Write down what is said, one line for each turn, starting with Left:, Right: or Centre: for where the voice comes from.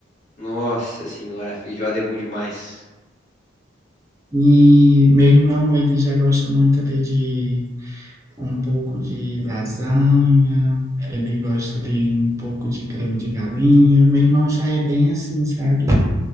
Left: Nossa senhora, feijoada é bom demais.
Right: E meu irmão, ele já gosta muito ali de um pouco de lasanha, ele gosta ali um pouco de creme de galinha. Meu irmão já é bem assim, sabe?